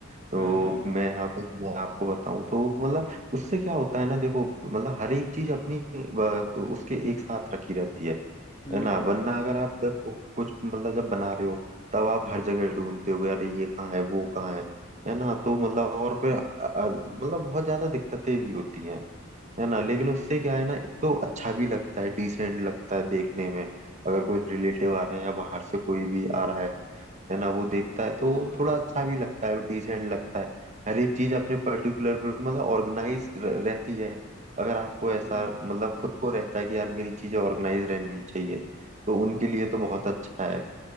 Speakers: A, on the right (about 35°); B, on the left (about 45°).
A: तो
B: हम्म हम्म
A: मैं आपको मैं आपको बताऊं तो मतलब उससे क्या होता है ना देखो मतलब हर एक चीज अपनी अ, उसके एक साथ रखी रहती है
B: हम्म
A: है ना
B: हम्म
A: वरना अगर आप जब कु- कुछ मतलब जब बना रहे हो तब आप हर जगह ढूंढते हो अरे ये कहाँ है वो कहाँ है है ना तो मतलब और फिर अ- अ- मतलब बहुत ज्यादा दिक्कतें भी होती हैं है ना
B: हम्म,
A: लेकिन उससे क्या है ना एक तो अच्छा भी लगता है डिसेंट लगता है देखने में अगर कोई रिलेटिव आ रहे हैं या बाहर से कोई भी आ रहा है है ना वो देखता
B: हाँ
A: है
B: वो
A: तो
B: तो है
A: थोड़ा अच्छा भी लगता है डिसेंट लगता है हर एक चीज अपने पर्टिकुलर पे मतलब ऑर्गेनाइज रहती है अगर आपको
B: हम्म
A: ऐसा
B: हम्म, हम्म।
A: मतलब खुद को रहता है कि यार मेरी चीजें ऑर्गेनाइज रहनी चाहिए तो उनके लिए तो बहुत अच्छा है